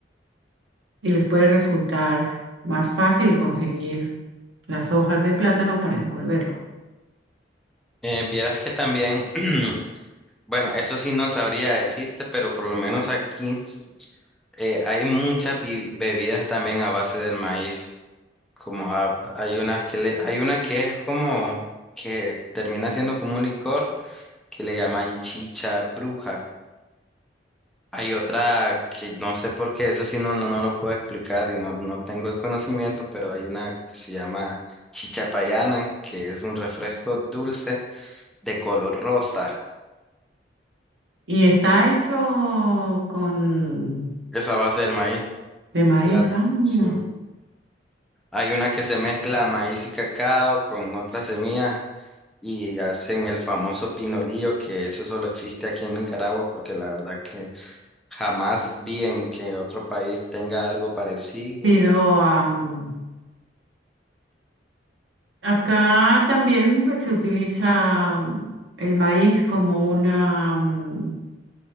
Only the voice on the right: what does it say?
y les puede resultar más fácil conseguir las hojas de plátano para envolverlo.
Y está hecho con
De maíz,
ah, mira.
Pero am, acá también pues se utiliza am, el maíz como una... am,